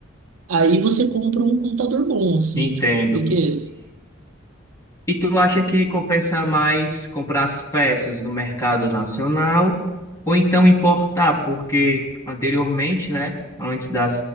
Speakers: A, on the right (about 85°); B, on the left (about 15°).
A: aí você compra um computador bom, assim,
B: entendo.
A: tipo, porque
B: E tu acha que compensa mais comprar as peças no mercado nacional ou então importar? Porque anteriormente, né, antes da,